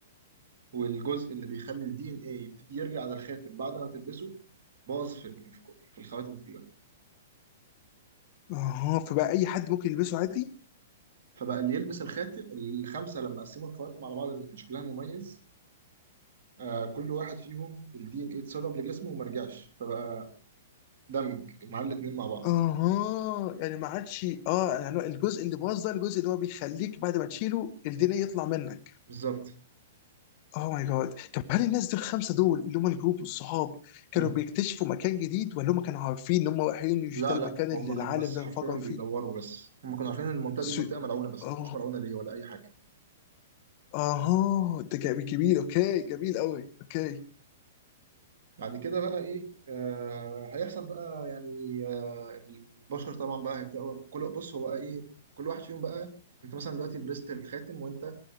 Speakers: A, on the right; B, on the left.
A: والجزء اللي بيخلي الدي ان ايه يبتدي يرجع للخاتم بعد ما تلبسه باظ في ال- في كل- في الخواتم كلها
B: اها فبقى اي حد ممكن يلبسه عادي
A: فبقى اللي يلبس الخاتم الخمسة لما قسموا الخواتم على بعض اللي كان شكلها مميز آه كل واحد فيهم الدي ان ايه اتسرب لجسمه وما رجعش فبقى دمج مع الاتنين مع بعض
B: اها يعني ما عادش اه يعني الجزء اللي باظ ده الجزء اللي هو بيخليك بعد ما تشيله الدنيا يطلع منك
A: بالظبط
B: اوه ماي جاد طب هل الناس دول الخمسه دول اللي هم الجروب والصحاب كانوا
A: مم.
B: بيكتشفوا مكان جديد ولا هم كانوا عارفين ان هم رايحين مش
A: لا
B: ده المكان
A: لا هم
B: اللي العالم
A: كانوا بس
B: ده
A: حرفيا
B: انفجر
A: بيدوروا
B: فيه؟
A: بس هم كانوا عارفين ان المنطقه دي
B: سو...
A: منطقه ملعونه بس ما
B: اه
A: يعرفوش ملعونه ليه ولا اي حاجه
B: اها ده جميل جميل اوكي جميل قوي اوكي
A: بعد كده بقى ايه آه هيحصل بقى يعني آه البشر طبعا بقى هيبداوا كل بص هو بقى ايه كل واحد فيهم بقى انت مثلا دلوقتي لبست الخاتم وانت